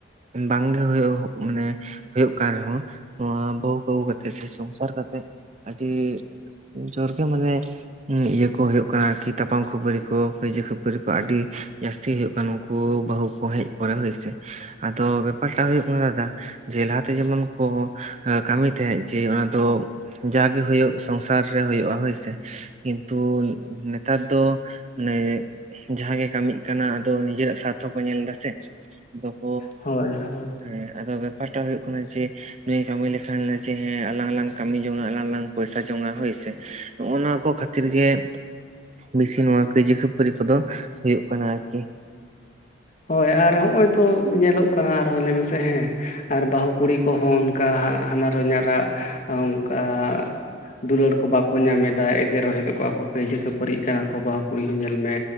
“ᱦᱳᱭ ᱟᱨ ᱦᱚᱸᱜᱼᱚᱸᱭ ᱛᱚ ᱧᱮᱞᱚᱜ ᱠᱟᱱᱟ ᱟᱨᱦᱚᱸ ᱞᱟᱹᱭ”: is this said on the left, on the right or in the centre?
Left